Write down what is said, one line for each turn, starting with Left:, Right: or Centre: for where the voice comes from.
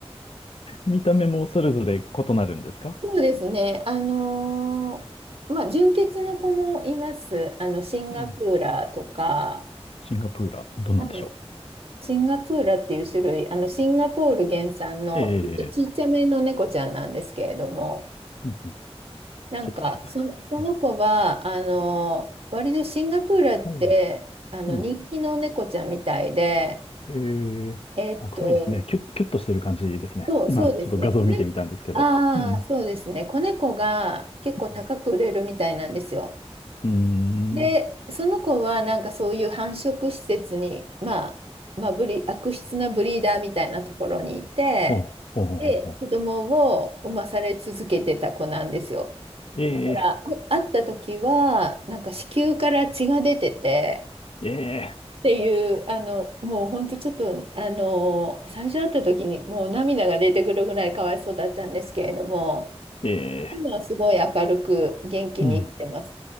Left: 見た目もそれぞれ異なるんですか
Right: そうですね。あのーまあ、純血の子もいます。あの、シンガプーラとか、
Left: うん。シンガプーラ、どうなんでしょ
Right: はいシンガプーラっていう種類、あの、シンガポール原産の、
Left: うええ
Right: ちょっとちっちゃめの猫ちゃんなんですけれども、
Left: う。うんうん。
Right: なんか、
Left: ちょっと検索。
Right: そ、その子は、
Left: うん
Right: あの、割とシンガポールって、
Left: おう
Right: あの、
Left: うん。
Right: 人気の猫ちゃんみたいで、
Left: ええあ、
Right: えっと、
Left: 可愛いいですね。キュッ、キュッとしてる感じですね。
Right: そう、
Left: 今、
Right: そうですね。
Left: ちょっと画像見てみたんですけど。
Right: 子ね、ああ、
Left: うん。
Right: そうですね。子猫が結構高く売れるみたいなんですよ。
Left: うんうー
Right: で、
Left: ん。
Right: その子はなんかそういう繁殖施設に、まあ、まあ、ブリ、悪質なブリーダーみたいなところにいて、
Left: ほう、ほうほうほうほ
Right: で、子供を産まされ続けてた子なんですよ。
Left: う。
Right: あ、
Left: ええ
Right: 会った時は、なんか子宮から血が出てて、
Left: ええ
Right: っていう、あの、もう本当ちょっと、あの、最初会った時にもう涙が出てくるぐらいかわいそうだったんですけれども、
Left: ええ
Right: 今はすごい明るく元気に生きてます。
Left: うん。